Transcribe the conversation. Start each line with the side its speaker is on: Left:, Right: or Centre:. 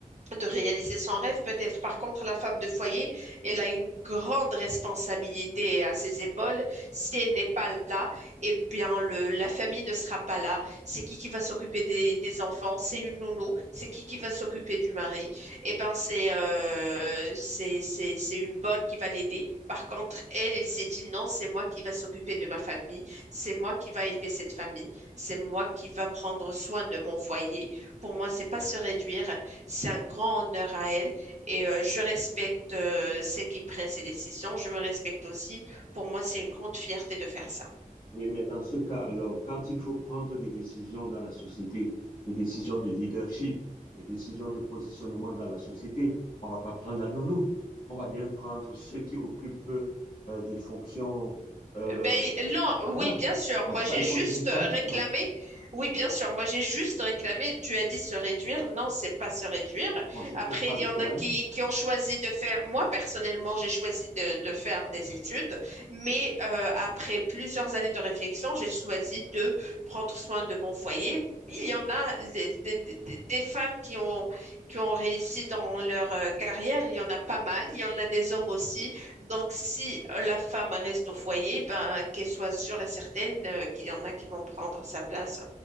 Right: de réaliser son rêve, peut-être. Par contre, la femme de foyer, elle a une grande responsabilité à ses épaules. Si elle n'est pas là, eh bien, le, la famille ne sera pas là. C'est qui qui va s'occuper des, des enfants? C'est une nounou. C'est qui qui va s'occuper du mari? Eh ben, c'est euh, c'est c'est c'est une bonne qui va l'aider. Par contre, elle, elle s'est dit non, c'est moi qui va s'occuper de ma famille. C'est moi qui va élever cette famille. C'est moi qui va prendre soin de mon foyer. Pour moi, c'est pas se réduire c'est un grand honneur à elle et euh, je respecte euh, celle qui prend ses décisions. Je me respecte aussi. Pour moi, c'est une grande fierté de faire ça.
Left: Oui, mais dans ce cas, alors, quand il faut prendre des décisions dans la société, des décisions de leadership, des décisions de positionnement dans la société, on ne va pas prendre la nounou. On va bien prendre ceux qui occupent euh, des fonctions. euh,
Right: Ben, non,
Left: voilà.
Right: oui, bien sûr.
Left: Donc,
Right: Moi,
Left: ça,
Right: j'ai
Left: il faut
Right: juste
Left: tenir compte de
Right: réclamé.
Left: cela.
Right: Oui, bien sûr. Moi, j'ai juste réclamé. Tu as dit se réduire. Non, c'est pas se réduire.
Left: Bon, c'est
Right: Après,
Left: peut-être pas
Right: il
Left: le
Right: y en
Left: terme.
Right: a qui, qui ont choisi de faire. Moi, personnellement, j'ai choisi de, de faire des études. Mais euh, après plusieurs années de réflexion, j'ai choisi de prendre soin de mon foyer. Il y en a des, des- des- des femmes qui ont, qui ont réussi dans leur euh, carrière. Il y en a pas mal. Il y en a des hommes aussi. Donc, si euh, la femme reste au foyer, ben, qu'elle soit sûre et certaine euh, qu'il y en a qui vont prendre sa place